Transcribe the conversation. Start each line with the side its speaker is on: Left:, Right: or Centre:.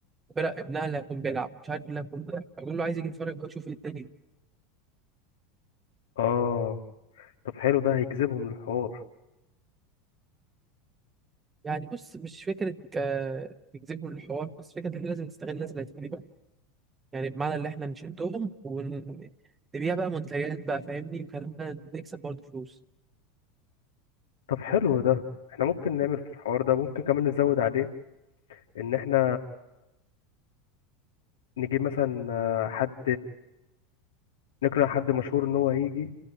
Right: فرق ابنها اللي هيكون بيلعب مش عارف إيه اللي هيكون بيلعب بقول له عايز يجي يتفرج بقى يشوف الدنيا
Left: اه طب حلو ده هيجذبهم للحوار
Right: يعني بص مش فكرة آه، نجذبهم للحوار بس فكرة إن إحنا لازم نستغل الناس اللي هتجيلنا. يعني بمعنى اللي إحنا نشدهم ونبيع بقى منتجات بقى فاهمني وكلامنا نكسب برضه فلوس
Left: طب حلو ده احنا ممكن نعمل في الحوار ده ممكن كمان نزود عليه ان احنا نجيب مثلا حد نقنع حد مشهور ان هو هيجي